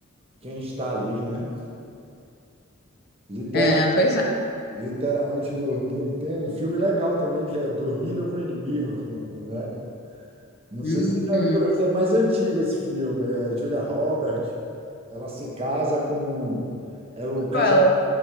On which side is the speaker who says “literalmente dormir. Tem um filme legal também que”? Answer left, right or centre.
Right